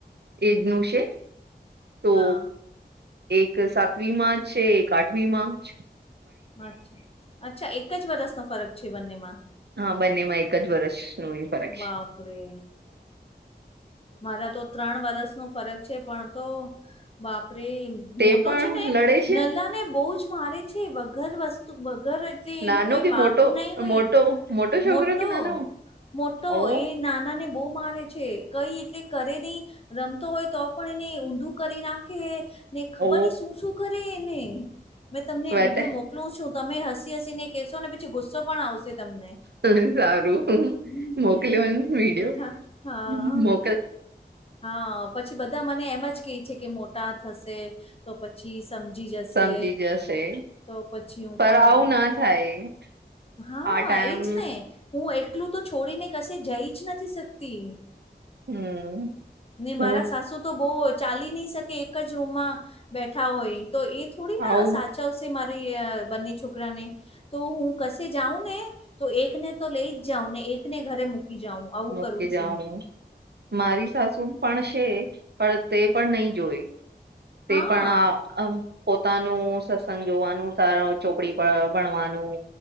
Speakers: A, on the right; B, on the left.
A: એજનું છે
B: હા
A: તો. એક સાતમી માર્ચ છે એક આઠમી માર્ચ.
B: અચ્છા અચ્છા એક જ વરસનોો ફરક છે બંનેમાં.
A: હા બંનેમાં એક જ વરષ નો એ ફરક છે.
B: બાપરે મારા તો ત્રણ વરસ ન ફરક છે પણ તો બાપરી.
A: તે
B: મોટો
A: પણ
B: છે ને
A: લડે છે
B: નલા ને બહુ જ મારે છે વગર વસ્તુ વગર. તે એનું
A: નાનો
B: કઈ
A: કે મોટો
B: વાક બ નાઈ હોઈ
A: મોટો છોકરો
B: મોટો.
A: કે નાનો
B: મોટો
A: ઓ
B: એ નાના ને બહુ મારે. છે કઈ એટલે કરે નહી રમતો હોય તો પણ એને ઊંધું કરી નાખે. ને ખબર
A: ઓ
B: નહી શું શું કરેને મેં તમને
A: વાત
B: વિડીયો મોક. એટલું છું તમે હસી હસીને કહેશો ને પછી ગુસ્સો પણ આવશે તમને.
A: સારું
B: હમ
A: મોકલ વિડીિયો
B: હા હા
A: મો.
B: હા પછી બધા મને એમ જ કે છે કે મોટા થશે. તો પછી સમજી જશે.
A: સમજી જશે
B: તો પછી હું
A: પર
B: પણ
A: આવું ના થાય
B: હા
A: આ ટાઈમ
B: એજ ને. હું એકલું તો છોડીને કશે જઈ જ નથી શકતી.
A: હમ
B: ને
A: હું
B: મારા સાસુ. તો બહ ચાલી નહી શકે એક જ રૂમમાં બેઠા હોય તો એ થોડી ના
A: આવું
B: સા. ચાવશે મારી બંને છોકરાને. તો હું કશે જાઉં ને તો એકને તો લઈ જ જાઉં ને એકને ઘરે મૂકી જાઉં. આવું
A: મૂકી
B: કરું છું
A: જાઉં
B: હું.
A: મારી સાસુ પણ છે પણ તે પણ નહી જોય તે
B: હા
A: પણ આ. અમ પોતાનું સત્સંગ જોવાનું તાર ચોપડી ભણવાનું.